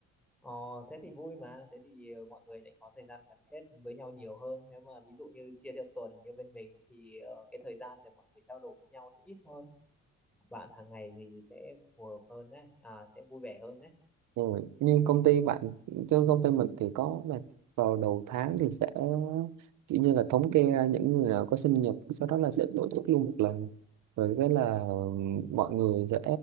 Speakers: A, in the centre; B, on the right.
A: Ờ, thế thì vui mà, thế thì ờ, mọi người lại có thời gian gắn kết với nhau nhiều hơn. Nếu mà ví dụ như chia theo tuần như bên mình thì ờ, cái thời gian để mọi người trao đổi với nhau sẽ ít hơn. Bạn hàng ngày thì sẽ phù hợp hơn đấy, à, sẽ vui vẻ hơn đấy.
B: rồi nhưng công ty bạn chứ công ty mình thì có là vào đầu tháng thì sẽ kiểu như là thống kê ra những người nào có sinh nhật sau đó là sẽ tổ chức luôn một lần rồi cái là ừm, mọi người sẽ